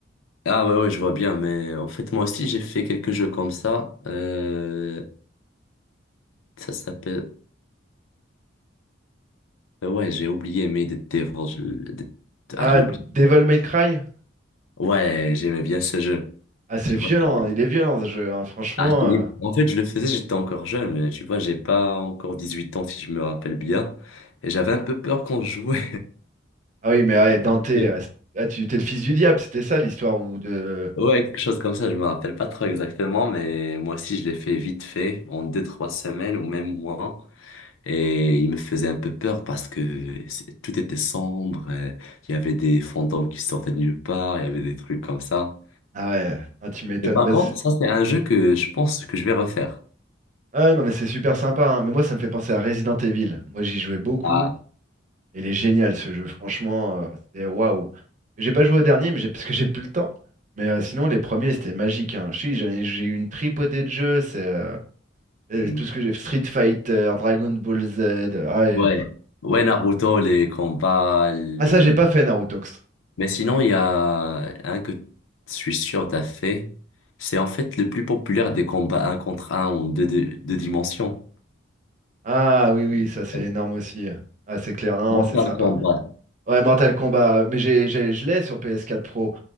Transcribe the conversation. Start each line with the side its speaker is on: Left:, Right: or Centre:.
Left: ah ouais, ouais, je vois bien. Mais en fait, moi aussi, j'ai fait quelques jeux comme ça. Euh, ça s'appelle. euh, Ouais, j'ai oublié, mais des Devils. Ah,
Right: Ah,
Left: j'ai oublié.
Right: Devil May Cry?
Left: Ouais, j'aimais bien ce jeu.
Right: Ah, c'est
Left: Tu
Right: violent,
Left: vois, j'ai-
Right: hein, il est violent ce jeu, hein, franchement.
Left: ah, tu-
Right: euh.
Left: en fait, je le faisais, j'étais encore jeune, mais tu vois, j'ai pas encore 18 ans, si je me rappelle bien. Et j'avais un peu peur quand je jouais.
Right: Ah oui, mais ah, Dante,
Left: <laughs>
Right: ah, c'est- ah, tu t'es le fils du diable, c'était ça l'histoire où de.
Left: Ouais, quelque chose comme ça, je me rappelle pas trop exactement, mais moi aussi, je l'ai fait vite fait, en deux, trois semaines ou même moins. Et il me faisait un peu peur parce que c'est- tout était sombre, euh, il y avait des fantômes qui sortaient de nulle part, il y avait des trucs comme ça.
Right: Ah ouais, ah, tu m'étonnes.
Left: Mais par
Right: Bah,
Left: contre,
Right: c'est-
Left: ça, c'est un jeu que je pense que je vais refaire.
Right: ah non, mais c'est super sympa, hein. Mais moi ça me fait penser à Resident Evil. Moi j'y jouais beaucoup,
Left: Ah.
Right: et il est génial ce jeu, franchement, euh, c'était waouh. Mais j'ai pas joué au dernier, mais j'ai parce que j'ai plus le temps. Mais euh, sinon les premiers c'était magique, hein. Je sais, j'en ai- J'ai eu une tripotée de jeux, c'est. euh, Et
Left: hmm.
Right: tout ce que j'ai Street Fighter, Dragon Ball Z. Ah, et-
Left: Ouais, ouais, Naruto, les combats, le...
Right: ah, ça, j'ai pas fait Narutox.
Left: Mais sinon, il y a un que je suis sûr t'as fait. C'est en fait le plus populaire des combats un contre un ou deux, deux, deux dimensions.
Right: Ah oui, oui, ça c'est
Left: Euh,
Right: énorme aussi. Ah, c'est clair, non,
Left: Mortal
Right: c'est sympa.
Left: Kombat.
Right: Ouais, Mortal Kombat, mais j'ai, j'ai- je l'ai sur PS4 Pro.